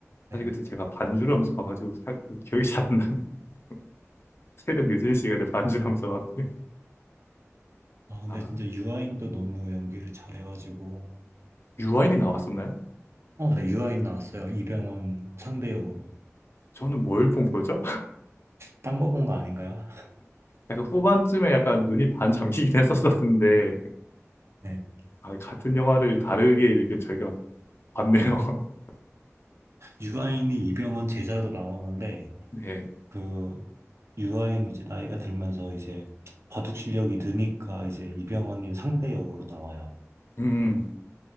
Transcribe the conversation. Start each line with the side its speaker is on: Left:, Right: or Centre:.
Right: 네.
Left: 사실 그때 제가 반주를 하면서 봐가지고 사- 기억이 잘 안 나는 <laughs> 새벽 늦은 시간에 반주를 하면서 봐가지고
Right: 아, 근데
Left: 아,
Right: 진짜 유아인도 너무 연기를 잘해가지고,
Left: 유아인이 나왔었나요?
Right: 어, 네, 유아인 나왔어요. 이병헌 상대 역으로.
Left: 저는 뭘 본 거죠?
Right: 딴 거 본 거 아닌가요?
Left: 약간 후반쯤에 약간 눈이 반 잠기긴 했었었는데
Right: 네.
Left: 아, 같은 영화를 다르게 이렇게 저희가 봤네요. <laughs>
Right: 유아인이 이병헌 제자로 나오는데,
Left: 네.
Right: 그, 유아인이 이제 나이가 들면서 이제 바둑 실력이 느니까 이제 이병헌이 상대 역으로 나와요.
Left: 음.